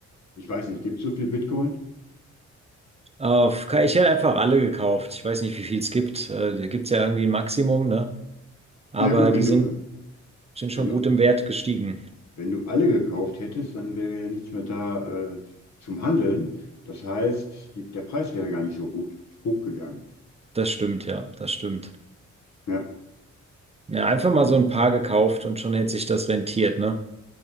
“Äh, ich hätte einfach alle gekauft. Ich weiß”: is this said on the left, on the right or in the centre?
Right